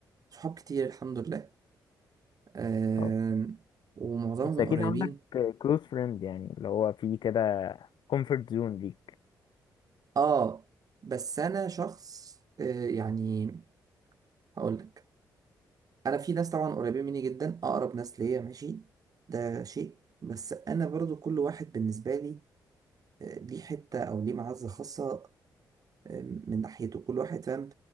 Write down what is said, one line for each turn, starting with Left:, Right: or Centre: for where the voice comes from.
Right: صحاب كتير الحمد لله آه،
Left: اه
Right: ومعظمهم
Left: بس اكيد
Right: قريبين
Left: عندك كلوز فريند يعني اللي هو في كده كومفورت زون ليك
Right: اه بس انا شخص آه، يعني هقول لك انا في ناس طبعا قريبين مني جدا اقرب ناس ليا ماشي ده شيء بس انا برضو كل واحد بالنسبه لي آه، ليه حته او ليه معزه خاصه آه، من ناحيته كل واحد فاهم